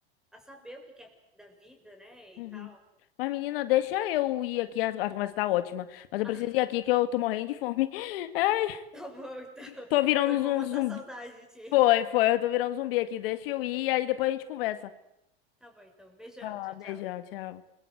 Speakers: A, in the centre; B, on the left.
A: a saber o que quer da vida, né? E
B: uhum.
A: tal.
B: Mas, menina, deixa eu ir aqui. A, a conversa tá ótima. Mas eu
A: Ah,
B: preciso ir aqui que eu tô morrendo de fome. <laughs> Ai,
A: <laughs> tá bom, então.
B: tô virando
A: Foi bom
B: um
A: matar
B: zumbi.
A: a saudade de ti.
B: Foi, foi. Eu tô virando zumbi aqui. Deixa eu ir, aí depois a gente conversa.
A: Tá bom, então. Beijão,
B: Ah,
A: tchau, tchau.
B: beijão, tchau.